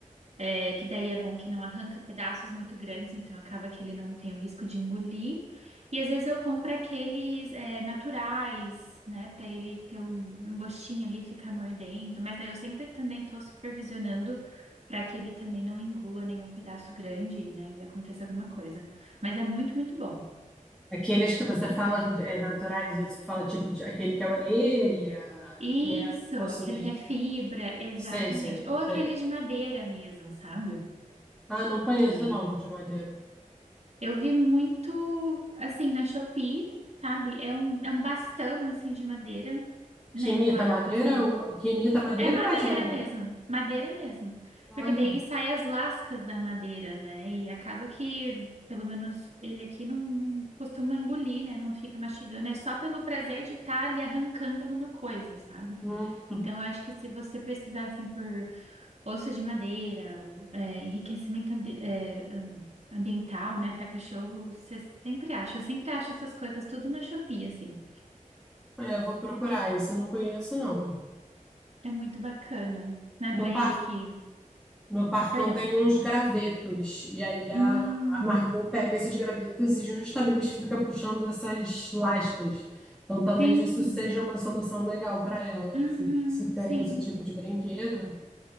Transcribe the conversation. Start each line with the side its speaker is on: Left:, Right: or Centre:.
Right: É, que daí é bom que não arranca pedaços muito grandes, então acaba que ele não tem o risco de engolir. E às vezes eu compro aqueles é, naturais, né, para ele ter um, um gostinho ali, ficar mordendo. Mas daí eu sempre também estou supervisionando para que ele também não engula nenhum pedaço grande, né, e aconteça alguma coisa. Mas é muito, muito bom.
Centre: Aqueles que você fala é, naturais, você fala tipo de, aquele que é a orelha,
Right: Isso,
Centre: que é o osso
Right: aquele
Centre: mesmo.
Right: que é fibra, exatamente.
Centre: Sei, sei,
Right: Ou
Centre: sei.
Right: aquele de madeira mesmo, sabe?
Centre: Ah, não conheço
Right: Que ele
Centre: não, de madeira.
Right: Eu vi muito, assim, na Shopee, sabe? É um, é um bastão, assim, de madeira, né,
Centre: Que imita
Right: Clara,
Centre: madeira?
Right: aconselhar.
Centre: ou- Que imita madeira
Right: É madeira
Centre: ou é de madeira?
Right: mesmo, madeira mesmo.
Centre: Olha,
Right: Porque daí saem as lascas da madeira, né? E acaba que, pelo menos ele aqui não, não costuma engolir, né? Não fica mastigando. É só pelo prazer de estar ali arrancando alguma coisa, sabe?
Centre: hum,
Right: Então, eu acho que se você pesquisar, assim, por osso de madeira, é, enriquecimento ambi- é, am- ambiental, né, para cachorro, você sempre acha. Eu sempre acho essas coisas tudo na Shopee, assim.
Centre: é, vou procurar isso, eu não conheço não.
Right: É muito bacana, né,
Centre: No
Right: para
Centre: par,
Right: ele que.
Centre: no Parcão
Right: Perdão.
Centre: tem uns gravetos, e aí a,
Right: Hum,
Centre: a Margot pega esses gravetos e justamente fica puxando essas lascas. Então talvez
Right: sim.
Centre: isso seja uma solução legal para ela,
Right: Uhum,
Centre: se, se tem
Right: sim.
Centre: esse tipo de brinquedo.